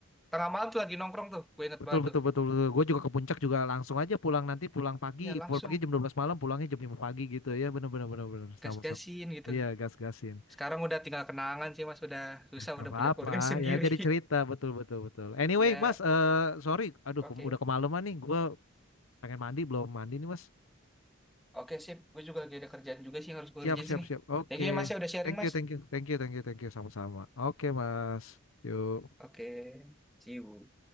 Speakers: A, in the centre; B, on the left.
A: tengah malam tuh lagi nongkrong tuh gue inget
B: Betul
A: banget
B: betul
A: tuh
B: betul betul. Gue juga ke puncak juga langsung aja pulang nanti pulang pagi,
A: Iya langsung
B: pulang pagi jam 12 malam, pulangnya jam 5 pagi gitu ya. Bener bener bener bener sama-sama.
A: gas-gasin gitu.
B: Iya, gas-gasin.
A: Sekarang udah tinggal kenangan sih Mas, udah susah
B: Gak
A: udah
B: apa-apa
A: punya keluarga <laughs> sendiri.
B: ya jadi cerita betul betul betul. Anyway,
A: Ya,
B: Mas, eh sorry, aduh
A: oke.
B: ke- udah kemalaman nih. Gue pengen mandi belum mandi nih, Mas.
A: Oke, sip. Gue juga lagi ada kerjaan juga sih yang harus gue
B: Siap
A: kerjain
B: siap
A: sini.
B: siap. Oke.
A: Thank you ya Mas ya udah sharing
B: Thank
A: Mas.
B: you thank you thank you thank you thank you sama-sama. Oke, Mas. Yuk.
A: Oke, see you.